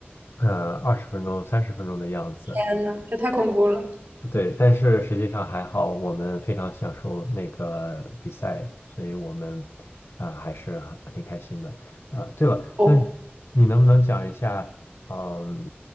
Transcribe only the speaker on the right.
天呐，这太恐怖了！
我